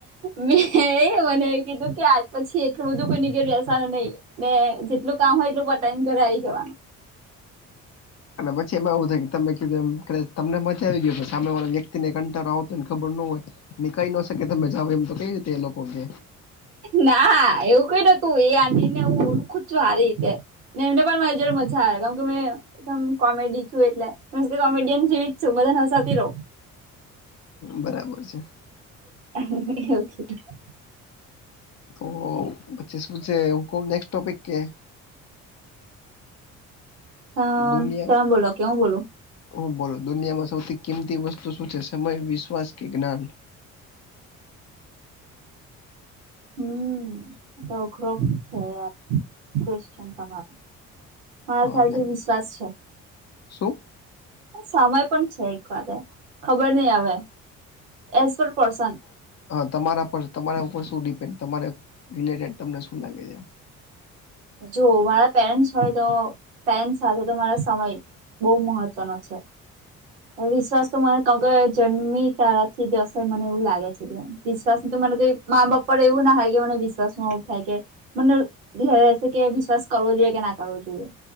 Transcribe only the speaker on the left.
અને પછી એમાં એવું થાય કે તમે કીધું એમ તમને મચાવી ગયો સામે વાળા વ્યક્તિ ને કંટારો આવતો ને ખબર ન હોય નનીકાળી ન શકે તમે જાાવ એમ તો કઈ રીતે એ લોકો કે
બરાબર છે.
તો બચ્ચે સ્કૂલ છે નેક્સ્ટ ટોપિક કે.
દુનિયા
હું બોલો દુનિયામાં સૌથી કિંમતી વસ્તુ શું છે? સમય, વિશ્વાસ, કે જ્ઞાન?
હા
એટલે
શું
તમારા પર તમારા ઉપર શું ડીપેન્ડ. તમે રિલેટેડ. તમને શું લાગે છે?
<inaudible>